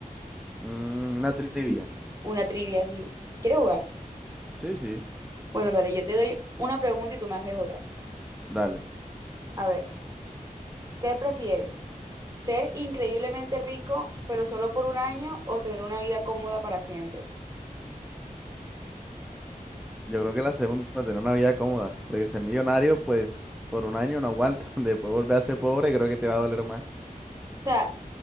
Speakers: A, in the centre; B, on the right (about 20°).
A: Mm, una trivia.
B: una trivia así. ¿Quieres jugar?
A: Sí, sí,
B: Bueno, dale, yo te doy una pregunta y tú me haces otra.
A: dale.
B: A ver, ¿qué prefieres? ¿Ser increíblemente rico, pero solo por un año, o tener una vida cómoda para siempre? O
A: Yo creo que la segunda, tener una vida cómoda, porque ser millonario, pues, por un año no aguanta, <laughs> después volver a ser pobre, creo que te va a doler más.
B: sea,